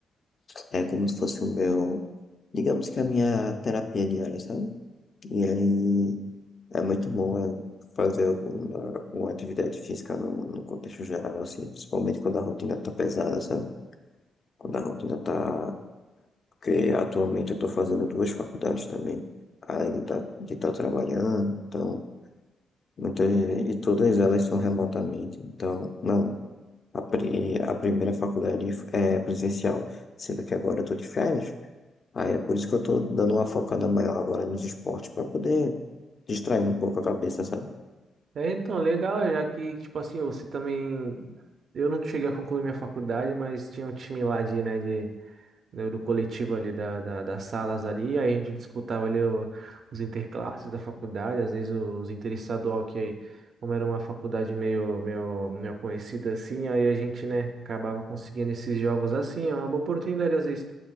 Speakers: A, on the left; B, on the right.
A: É como se fosse o meu, digamos que a minha terapia diária, sabe? E aí é muito bom é, fazer alguma, alguma atividade física no, no contexto geral, assim, principalmente quando a rotina tá pesada, sabe? Quando a rotina tá. Porque atualmente eu tô fazendo duas faculdades também, além de estar de tá trabalhando, então. Muitas, e todas elas são remotamente, então, não, A, pri- a primeira faculdade é presencial, sendo que agora eu tô de férias. Aí é por isso que eu tô dando uma focada maior agora nos esportes, para poder distrair um pouco a cabeça, sabe?
B: É, então, legal, já que, tipo assim, você também. Eu não cheguei a concluir minha faculdade, mas tinha um time lá de, né, de né, do coletivo ali da, da- das salas ali, aí a gente disputava ali o- os interclasses da faculdade, às vezes os interestadual que como era uma faculdade meio, meio, meio conhecida assim, aí a gente, né, acabava conseguindo esses jogos assim, é uma boa oportunidade às vezes.